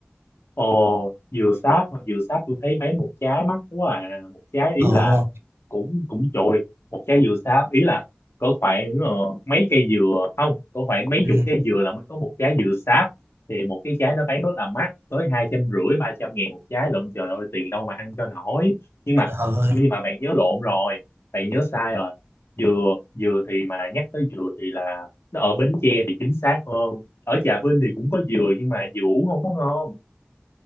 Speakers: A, on the left; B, on the right.
A: Ồ, dừa sáp hả? dừa sáp tôi thấy mấy một trái mắc quá à một trái ý
B: Ồ,
A: là cũng cũng chồi một trái dừa sáp ý là có khoảng ờ, mấy cây dừa không có khoảng mấy
B: ừ,
A: chục trái dừa là mới có một trái dừa sáp thì một cái trái đó bán rất là mắc tới hai trăm rưỡi ba trăm ngàn một trái lận trời ơi tiền đâu mà ăn cho nổi nhưng mà
B: trời ơi.
A: nhưng mà bạn nhớ lộn rồi bạn nhớ sai rồi dừa dừa thì mà nhắc tới dừa thì là nó ở Bến Tre thì chính xác hơn ở Trà Vinh thì cũng có dừa nhưng mà dừa uống không có ngon